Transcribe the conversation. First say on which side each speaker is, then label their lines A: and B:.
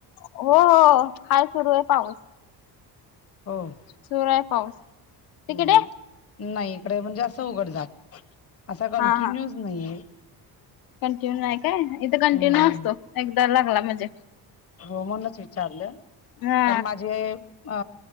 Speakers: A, on the left; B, on the left.
A: हो हो हाय सुरू आहे पाऊस.
B: हम.
A: सुरूआहे पाऊस. तिकडे
B: हम्म नाही इकडे म्हणजे असं उघड झाक असा कंटिन्यूच
A: हा हा
B: नाहीये.
A: कंटिन्यू नाही काय इथं कंटिन्यू
B: हम्म
A: असतो. एकदा लागला म्हणजे,
B: म्हणूनच विचारलं
A: हा
B: कारण माझे अ